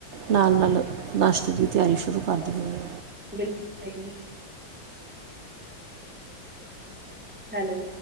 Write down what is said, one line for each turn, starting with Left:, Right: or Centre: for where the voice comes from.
Right: ਨਾਲ-ਨਾਲ ਨਾਸ਼ਤੇ ਦੀ ਤਿਆਰੀ ਸ਼ੁਰੂ ਕਰ ਦਿਨੀ ਆਂ।
Centre: ਬਿਲਕੁਲ ਸਹੀ। ਹੈਲੋ।